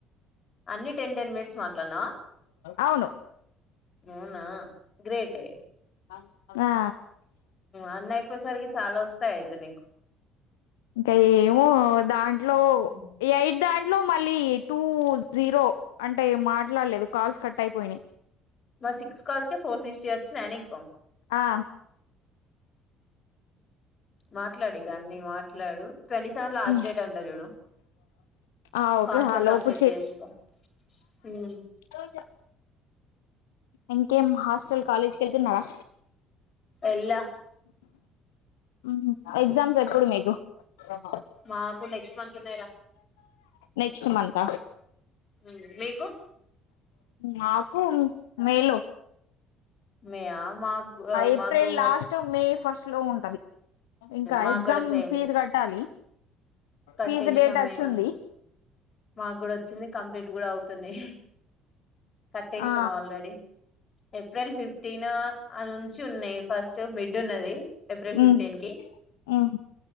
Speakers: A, on the left; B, on the left.
A: అన్ని టెన్ టెన్ మినిట్స్ మాట్లాడినావా
B: అవును
A: అవునా గ్రేటే
B: కన్నా
A: అన్నీ అయిపోయేసరికి చాలా వస్తాయి అయితే నీకు
B: ఇంకా ఏమో దాంట్లో
A: ఉమ్,
B: ఎయిట్ దాన్ ఇంట్లో మళ్ళీ టూ జీరో అంటే మాట్లాడలేదు. కాల్స్ కట్ అయిపోయినాయి.
A: మా సిక్స్ కల్స్కే ఫోర్ సిక్స్టీ వచ్చినాయ నీకు
B: ఆ
A: మాట్లాడు ఇగ అన్ని మాట్లాడు twenty seven last
B: um
A: date అంట చూడు
B: ఆ ఓకే
A: పాస్ట్
B: ఆ
A: గా
B: లోపు
A: కంప్లీట్ చేసుకో ఉ
B: కొంచం ఇంకేం హాస్టల్ కాలేజ్కి వెళ్తున్నారా
A: ఎల్లా
B: హ్మ్ హు ఎగ్జామ్స్ ఎప్పుడు మీకు ఆహా
A: మాకు నెక్స్ట్ మంత్ ఉన్నాయి రా
B: నెక్స్ట్ మంత
A: మ్మ్ మీకు
B: మాకు మే లో
A: మేయా మాకు
B: ఏప్రిల్
A: మాకు
B: లాస్ట్ మే ఫస్ట్ లో ఉంటది ఇంకా
A: మాకు
B: ఎగ్జామ్
A: కూడా సేమ్
B: ఫీజ్ కట్టాలి
A: కట్టేసినాం
B: ఫీజు డేట్ వచ్చింది
A: మేము మాకు కూడా వచ్చింది కంప్లీట్ కూడా అవుతది కట్టేసినాం
B: ఆ
A: ఆల్రెడీ ఏప్రిల్ ఫిఫ్టీన్ అల్ల నుంచి ఉన్నాయి ఫస్ట్ మిడ్ ఉన్నది ఏప్రిల్ ఫిఫ్టీన్
B: ఉమ్
A: కి
B: ఉమ్